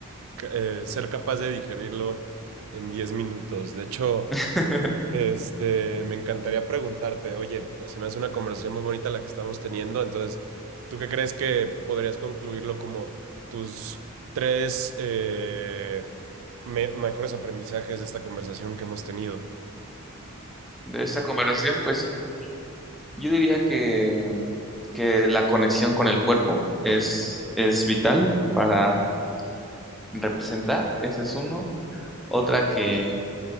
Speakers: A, on the right (about 65°); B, in the centre.
A: eh, ser capaz de digerirlo en 10 minutos. De hecho,
B: <laughs>
A: este, me encantaría preguntarte, oye, se me hace una conversación muy bonita la que estamos teniendo. Entonces, ¿tú qué crees que podrías concluirlo como tus tres eh, me- mejores aprendizajes de esta conversación que hemos tenido?
B: De esta conversación, pues mm, yo diría que, que la conexión con el cuerpo es, es vital para representar, ese es uno. Otra que,